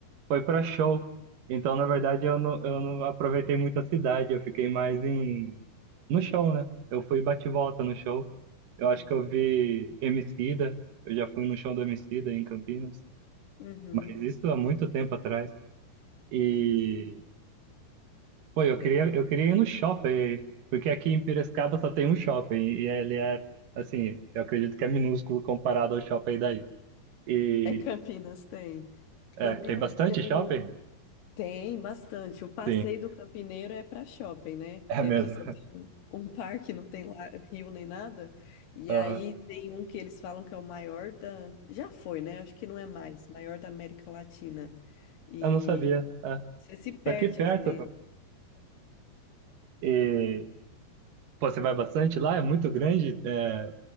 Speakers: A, on the right; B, on the left.
A: foi para show. Então, na verdade, eu não, eu não aproveitei muito a cidade, eu fiquei mais em no show, né? Eu fui bate e volta no show. Eu acho
B: Uhum.
A: que eu vi Emicida, eu já fui no show do Emicida em Campinas,
B: Uhum.
A: mas isso há muito tempo atrás. E, pô, eu
B: Legal.
A: queria, eu queria ir no shopping, porque aqui em Piracicaba só tem um shopping, e ele é, assim, eu acredito que é minúsculo comparado ao shopping daí. E,
B: É Campinas, tem.
A: é,
B: Campinas
A: tem bastante
B: tem
A: shopping?
B: o... Tem bastante. O passeio
A: Sim,
B: do campineiro é para shopping, né?
A: é
B: Que
A: mesmo.
B: aqui só tem um um parque, não tem lá rio nem nada. E
A: Aham.
B: aí tem um que eles falam que é o maior da... Já foi, né? Acho que não é mais. Maior da América Latina. E
A: Eu não sabia. É,
B: você se perde
A: tá aqui perto,
B: lá dentro.
A: pô. E, pô, você vai bastante lá? É muito grande? É,